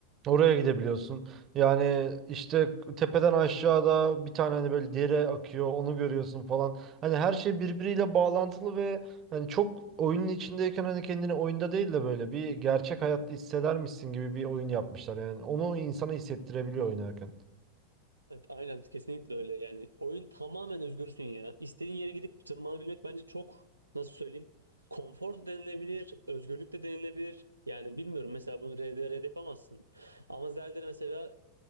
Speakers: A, on the right; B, on the right.
A: Oraya gidebiliyorsun. Yani işte tepeden aşağıda bir tane hani böyle dere akıyor onu görüyorsun falan. Hani her şey birbiriyle bağlantılı ve Hani çok oyunun içindeyken hani kendini oyunda değil de böyle bir gerçek hayatta hissedermişsin gibi bir oyun yapmışlar. Yani onu insana hissettirebiliyor oynarken.
B: Evet, aynen kesinlikle öyle yani oyun tamamen özgürsün ya. İstediğin yere gidip tırmanabilmek bence çok nasıl söyleyeyim konfor da denilebilir, özgürlük de denilebilir. Yani bilmiyorum mesela bunu RDR'de yapamazsın. Ama Zelda'da mesela